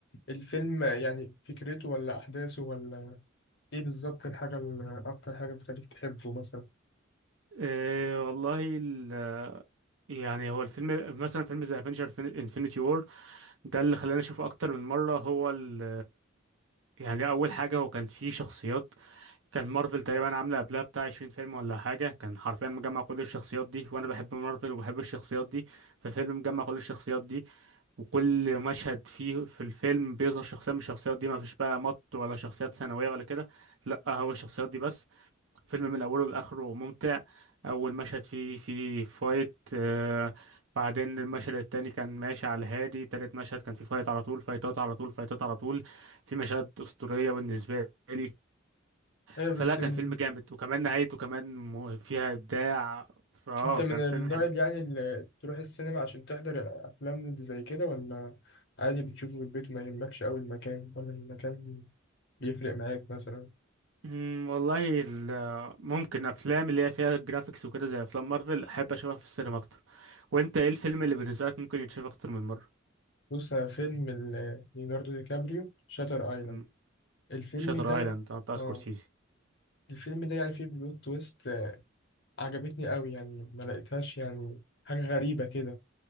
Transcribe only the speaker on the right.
آه والله ال... يعني هو الفيلم مثلا فيلم زي افنجر انفينيتي وور ده اللي خلاني اشوفه اكتر من مره هو ال يعني اول حاجه هو كان فيه شخصيات كان مارفل تقريبا عامله قبلها بتاع 20 فيلم ولا حاجه كان حرفيا مجمع كل الشخصيات دي وانا بحب مارفل وبحب الشخصيات دي ففيلم مجمع كل الشخصيات دي وكل مشهد فيه في الفيلم بيظهر شخصيه من الشخصيات دي ما فيش بقى مط ولا شخصيات ثانويه ولا كده لا هو الشخصيات دي بس فيلم من اوله لاخره ممتع اول مشهد فيه فيه فايت آه، بعدين المشهد التاني كان ماشي على الهادي تالت مشهد كان فيه فايت على طول فايتات على طول فايتات على طول في مشاهد اسطوريه بالنسبه لي
فلا
كان
فيلم جامد وكمان نهايته كمان م- فيها ابداع فاه
كان
فيلم حلو
أمم، والله ال- ممكن افلام اللي هي فيها جرافيكس وكده زي افلام مارفل احب اشوفها في السينما اكتر وانت ايه الفيلم اللي بالنسبه لك ممكن يتشاف اكتر من مره
أمم،
شاتر
ايلاند بتاع
سكورسيزي